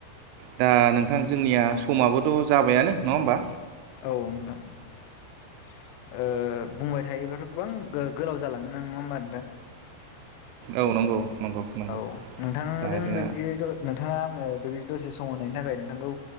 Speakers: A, on the right (about 85°); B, on the left (about 90°).
A: दा नोंथां जोंनिया समाबोथ' जाबायानो। नङा होमबा
B: औ नोंथां। ओ बुंबाय थायोब्लाथ' गोबां गो-गोलाव जालाङो ना नङा होमबा नोंथां?
A: औ नंगौ। नंगौ नंगौ
B: औ नोंथांजों
A: दा जोंना
B: बेबदिथ' नोंथाङा आंनो बेबायदि दसे सम मोननायनि थाखाय नोंथांखौ